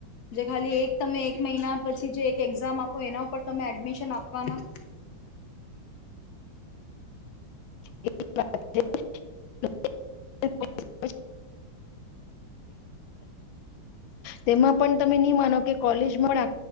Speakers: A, on the left (about 65°); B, on the left (about 80°).
A: જે ખાલી એક તમે એક મહિના પછી જે એક એક્ઝામ આપો એના ઉપર તમે એડમિશન આપવાના
B: એ તેમાં પણ તમે નહી માનો કે કોલેજમાં